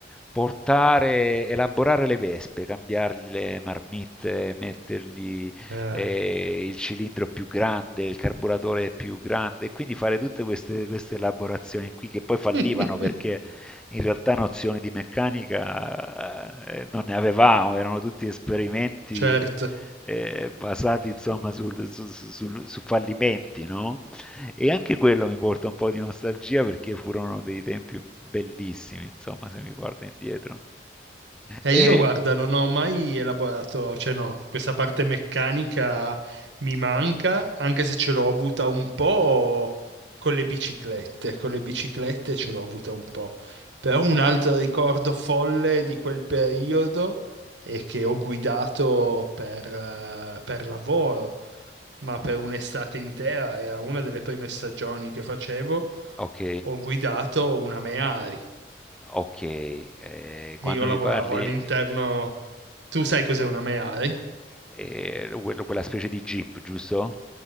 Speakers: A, in the centre; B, on the right.
A: portare, elaborare le vespe, cambiargli le marmitte, mettergli
B: Eh.
A: eh, il cilindro più grande, il carburatore più grande, e quindi fare tutte queste, queste elaborazioni qui che poi fallivano
B: <laughs>
A: perché in realtà nozioni di meccanica eh, non ne avevamo, erano tutti esperimenti
B: Certo.
A: eh, basati insomma sul- su, su- su- su fallimenti, no? E anche quello mi porta un po' di nostalgia perché furono dei tempi bellissimi, insomma, se mi guardo indietro.
B: Eh,
A: E,
B: io guarda, non ho mai elaborato, cioè no, questa parte meccanica mi manca, anche se ce l'ho avuta un po' con le biciclette, con le biciclette ce l'ho avuta un po'. Però un altro ricordo folle di quel periodo è che ho guidato per, eh, per lavoro, ma per un'estate intera, era una delle prime stagioni che facevo,
A: ok,
B: ho guidato una Mehari
A: ok, eh, quando
B: e io lavoravo
A: mi parli,
B: all'interno. Tu sai cos'è una Meari?
A: eh, quello- quella specie di Jeep, giusto?